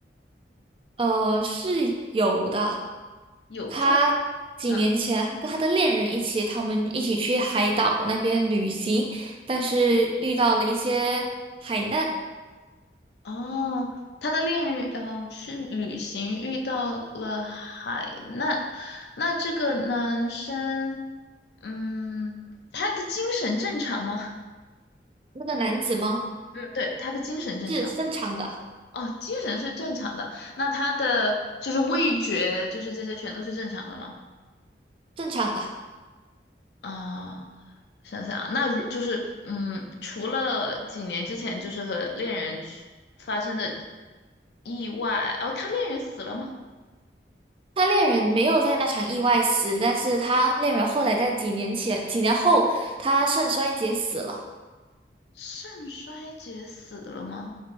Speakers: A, on the right; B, on the left.
A: 呃，是有的。
B: 有重，
A: 他几年前还跟他的恋人一起，
B: 嗯，
A: 他们一起去海岛那边旅行，但是遇到了一些海难。
B: 哦，他的恋人，呃，去旅行遇到了海难，那这个男生，嗯，他的精神正常吗？
A: 那个男子吗？
B: 嗯，对，他的精神正常。
A: 是正常的，
B: 哦，精神是正常的，那他的就是味觉，就是这些全都是正常的吗？
A: 正常的。
B: 啊、想想啊那如就是嗯，除了几年之前就是和恋人去发生的意外，哦，他恋人死了吗？
A: 他恋人没有在那场意外死，但是他恋人后来在几年前、几年后，他肾衰竭死了。
B: 肾衰竭死了吗？